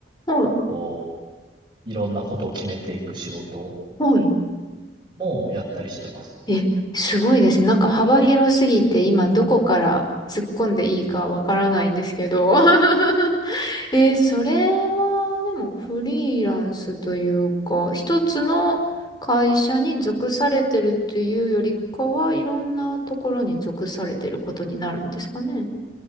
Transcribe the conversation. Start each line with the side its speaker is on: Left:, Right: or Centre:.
Left: うん。はい。
Right: こう、いろんなことを決めていく仕事
Left: はい。
Right: もやったりしてます。
Left: え、すごいですね。なんか幅広すぎて今どこから突っ込んでいいかわからないんですけど。<laughs> えーそれは、でも、フリーランスというか、一つの会社に属されてるっていうよりかは、いろんなところに属されてることになるんですかね。